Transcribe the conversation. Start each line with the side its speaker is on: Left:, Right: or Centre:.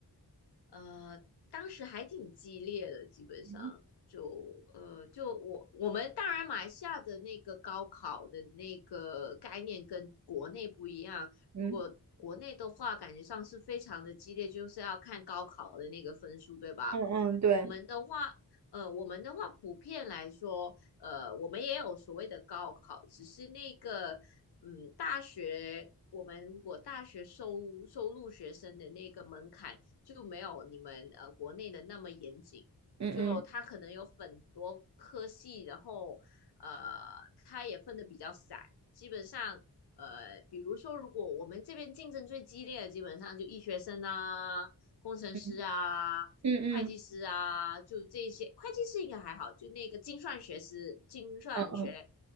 Left: 呃，当时还挺激烈的，基本上就呃，
Right: 嗯
Left: 就我我们当然马来西亚的那个高考的那个概念跟国内不一样。
Right: 嗯
Left: 如果国内的话，感觉上是非常的激烈，就是要看高考的那个分数，对吧？
Right: 嗯嗯，对，
Left: 我们的话，呃，我们的话普遍来说，呃，我们也有所谓的高考，只是那个，嗯，大学。我们如果大学收收录学生的那个门槛就没有你们呃国内的那么严谨，
Right: 嗯嗯
Left: 就他可能有很多科系，然后呃他也分的比较散，基本上呃比如说如果我们这边竞争最激烈的，基本上就医学生啊、工程师啊。
Right: 嗯嗯嗯
Left: 会计师啊，就这些。会计师应该还好，就那个精算学师、精算学
Right: 嗯嗯，